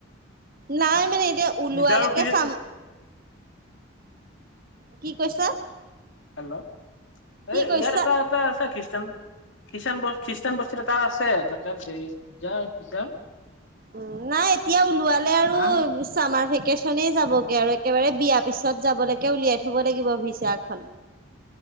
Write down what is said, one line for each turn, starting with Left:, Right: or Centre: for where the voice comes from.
Right: নাই মানে এতিয়া ওলোৱালৈকে
Left: পিজ্জাৰ পিত
Right: চাম। কি কৈছা?
Left: হেল্ল',
Right: কি
Left: এই
Right: কৈছা
Left: ইয়াত এটা এটা আছে খ্ৰীষ্টান খ্ৰীষ্টান খ্ৰীষ্টানবস্তিত এটা আছে তাতে ভিছাৰ
Right: উম, নাই এতিয়া ওলোৱালে আৰু
Left: নাই
Right: চামাৰ ভেকেচনেই যাবগে আৰু একেবাৰে বিয়া পিছত যাবলৈকে উলিয়াই থ'ব লাগিব ভিচাখন।